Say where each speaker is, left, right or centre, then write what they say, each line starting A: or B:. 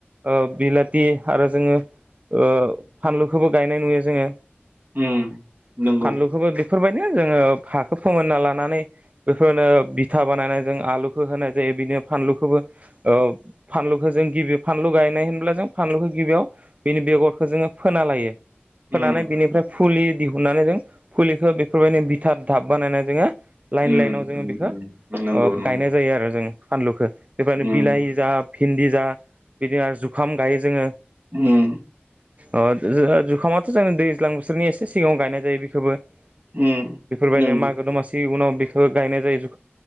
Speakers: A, on the right; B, on the right.
A: ओ बिलाथि आरो जोङो ओ फानलुखौबो गायनाय नुयो जोङो
B: उम नंगौ
A: फानलुखौबो बेफोरबायदिनो जोङो हाखौ फोमोनना लानानै बेफोरनो बिथा बानायनाय जों आलुखौ होनाय जायो बिदिनो फानलुखौबो ओ फानलुखौ जों गिबि फानलु गायनाय होनब्ला जों फानलुखौ गिबियाव बिनि बेगरखौ जोङो फोना लायो फोनानै
B: उम
A: बिनिफ्राय फुलि दिहुननानै जों फुलिखौ बेफोरबायदि बिथार दाब बानायनानै जोङो लाइन
B: उम
A: लाइनाव जोङो
B: उम
A: बेखौ
B: उम नंगौ
A: ओ
B: नंगौ
A: गायनाय जायो आरो जोङो फानलुखौ बेबादिनो
B: उम
A: बिलाहि जा भिन्दि जा बिदिनो आरो जुखाम गायो जोङो
B: उम
A: ओ जुखामाथ' जोंनि दैज्लां बोथोरनि एसे सिगाङाव गायनाय जायो बेखौबो <inaudible>
B: उम
A: बेफोरबायदिनो
B: नंगौ
A: मागो दमासि उनाव बेखौ गायनाय जायो जु